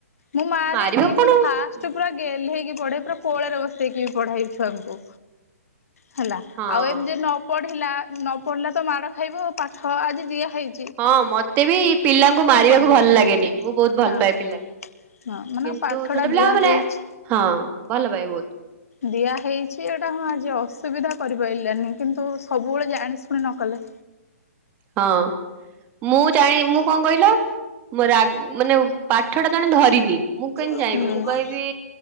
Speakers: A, on the left; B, on the right.
A: ମୁଁ ମାରେନି
B: ମାରିବାକୁ କଣ
A: ମାନେ
B: ହୁଁ
A: ଫାଷ୍ଟେ ପୁରା ଗେହ୍ଲେଇକି ପଢେ ପୁରା କୋଳରେ ବସେଇକି ପଢାଏ ଛୁଆଙ୍କୁ। ହେଲା
B: ହଁ
A: ଆଉ ଏମିତି ନ ପଢିଲା ନ ପଢିଲା ତ ମାଡ ଖାଇବ ଆ ପାଠ ଆଜି ଦିଆ ହେଇ
B: ହଁ ମତେ ବି ପିଲାଙ୍କୁ ମାରିବା
A: କରିପାରେ
B: ଭଲ ଲାଗେନି ମୁଁ ବହୁତ ଭଲ
A: ହଁ
B: ପାଏ ପିଲାଙ୍କୁ
A: ହଁ ମାନେ
B: କିନ୍ତୁ
A: ପାଠ
B: ଛୋଟ
A: ଟା ଦିଆ
B: ପିଲା ମାନେ
A: ହେଇଛି।
B: ହଁ ଭଲ ପାଏ ବହୁତୁ।
A: ଦିଆ ହେଇଛି ଏଇଟା ହଁ ଆଜି ଅସୁବିଧା କରିପାରିଲାନି କିନ୍ତୁ ସବୁବେଳେ ଜାଣି ଶୁଣି ନ କଲେ
B: ହଁ ମୁଁ ଚାହେଁ ମୁଁ କଣ କହିଲା? ମୋ ରାଗ ମାନେ ପାଠ ଟା ଜଣେ ଧରିନି ମୁଁ କେମିତି
A: ହୁଁ
B: ଚାହିଁବି
A: ହଁ
B: ମୁଁ କହିବି